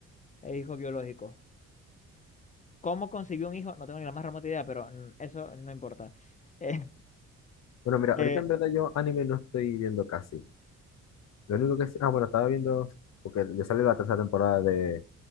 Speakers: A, on the left (about 25°); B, on the left (about 60°).
A: Es hijo biológico. ¿Cómo concibió un hijo? No tengo ni la más remota idea, pero mm, eso no importa. Eh,
B: Bueno, mira,
A: <laughs>
B: ahorita
A: eh,
B: en verdad yo anime no estoy viendo casi. Lo único que sí. Ah, bueno, estaba viendo. Porque ya sale la tercera temporada de.